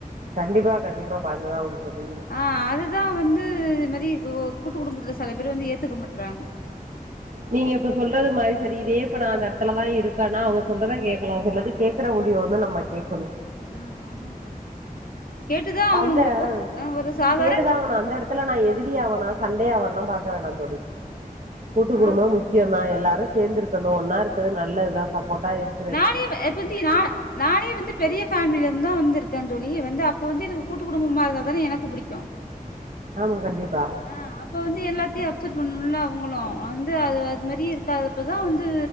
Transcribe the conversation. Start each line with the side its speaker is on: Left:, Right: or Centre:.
Right: கண்டிப்பா கண்டிப்பா பாத்துதா ஆகணு தோழி
Left: ஆ அதுதா வந்து இதுமரி கூட்டு குடும்பத்துல செல பேர் வந்து ஏத்துக்க மாட்றாங்க
Right: நீங்க இப்ப சொல்றது மாறி சரி இதே இப்ப நா அந்த எட்த்துல தா இருக்கேன்னா அவுங்க சொல்றத கேக்கலா சொல்றது கேக்கற முடிவு வந்து நம்ம கேக்கணு
Left: உம் ஆமா தோழி கேட்டுதா ஆவணுங்கிறப்ப
Right: அந்த
Left: ஆ ஒரு
Right: உம்
Left: சாதாரண
Right: கேட்டுதா ஆகணு அந்த எடத் துல நா எதிரியாவேனா சண்டே ஆவேனா பாக்க வேணா தோழி கூட்டு
Left: ஆ
Right: குடும்போ முக் கியோந்தா எல்லாரு சேந்திருக்கணு ஒன்னா இருக்குறது நல்லதுதா சப்போட்டா இருக்
Left: நானே எப்பத்தி நா நானே வந்து பெரிய ஃபேமிலி லந்து‌தா வந்திருக்கே தோழி வந்து அப்ப வந்து எனக்கு கூட்டு குடும்பமா இருந்தா தான எனக்கு புடிக்கு
Right: ஆமா கண்டிப்பா
Left: ஆ அப்ப வந்து எல்லாத்தையு அப்செட் பண்ணும்ல அவுங்களு வந்து அது அது மாறி இருக்காது இப்போதா வந்து